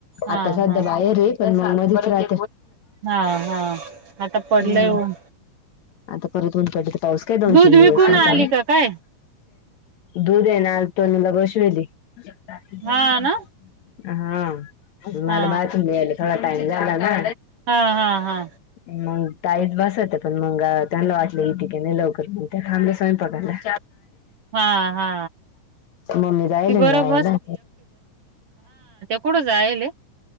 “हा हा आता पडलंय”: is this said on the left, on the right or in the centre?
Right